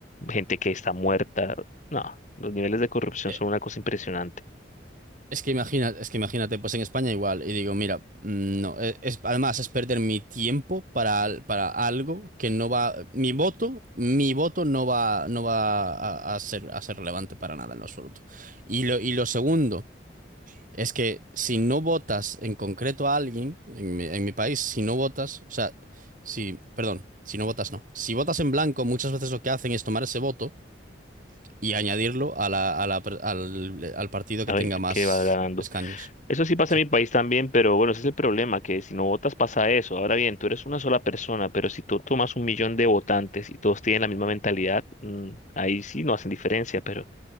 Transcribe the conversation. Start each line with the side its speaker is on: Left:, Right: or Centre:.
Left: gente que está muerta. No, los niveles de corrupción
Right: Eh,
Left: son una cosa impresionante.
Right: Es que imagina, es que imagínate, pues en España igual, y digo, mira, mm, no, eh, es, además es perder mi tiempo para, al- para algo que no va, mi voto, mi voto no va, no va a, a ser, a ser relevante para nada en lo absoluto. Y lo, y lo segundo. Es que si no votas en concreto a alguien, en mi, en mi país, si no votas, o sea, si, perdón, si no votas, no. Si votas en blanco, muchas veces lo que hacen es tomar ese voto y añadirlo a la, a la per- al, al partido
Left: A
Right: que
Left: ver,
Right: tenga más
Left: qué va ganando.
Right: escaños.
Left: Eso sí pasa
Right: Sí.
Left: en mi país también, pero bueno, ese es el problema, que si no votas pasa eso. Ahora bien, tú eres una sola persona, pero si tú tomas un millón de votantes y todos tienen la misma mentalidad, mm, ahí sí no hacen diferencia, pero